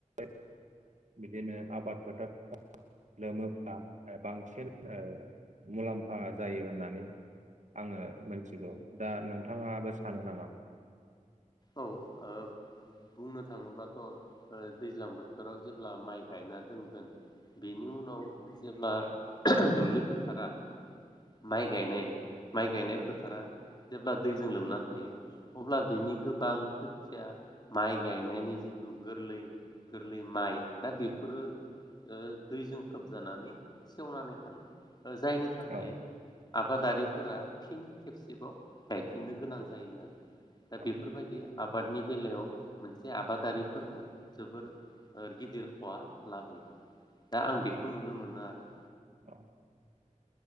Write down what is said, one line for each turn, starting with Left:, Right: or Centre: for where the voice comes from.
Right: <unintelligible> बिदिनो आबाद फोथार <unintelligible> लोमोब्ला बांसिन ओ मुलाम्फा जायो होननानै आङो मोनथिगौ दा नों नोंथाङाबो सानो नामा
Left: औ ओ बुंनो थाङोब्लाथ' दैज्लां बोथोराव जेब्ला माइ गायना दोनगोन बेनि उनाव जेब्ला दुब्लि फोथारा माइ गायनाय माइ गायनाय फोथारा जेब्ला दैजों लोमना थायो अब्ला बिनि गोबां खोथिया माइ गायनायनि जिथु गोरलै-गोरलै माइ दा बेफोरो ओ दैजों खोबजानानै सेवनानै थाङो ओ जायनि थाखाय
Right: औ
Left: आबादारिफोरा फिन खेबसेबाव गायफिननो गोनां जायो आरो दा
Right: औ
Left: बेब आबादनि बेलायाव मोनसे आबादारिफोरनो जोबोर ओर गिदिर खहा लाबोयो दा आं
Right: औ
Left: बेखौ नुनो मोनो आरो
Right: <inaudible>